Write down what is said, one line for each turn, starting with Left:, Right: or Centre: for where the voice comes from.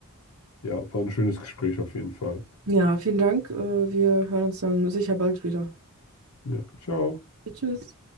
Left: Ja, war ein schönes Gespräch auf jeden Fall.
Right: Ja, vielen Dank. Äh, wir hören uns dann sicher bald wieder.
Left: Ja, ciao.
Right: Tschüss.